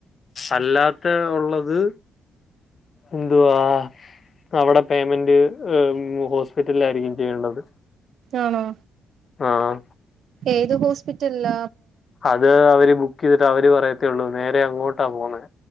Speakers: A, on the left (about 40°); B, on the right (about 65°).
A: അല്ലാത്ത ഉള്ളത് എന്തുവാ അവിടെ പേയ്മെന്റ് ഹോസ്പിറ്റലിലായിരിക്കും ചെയ്യേണ്ടത്.
B: ആണോ?
A: ആഹ
B: ഏത് ഹോസ്പിറ്റല്ല?
A: അത് അവര് ബുക്ക് ചെയ്തിട്ട് അവര് പറയ റ്റൊള്ളൂ നേരെ അങ്ങോട്ടാ പോകുന്നേ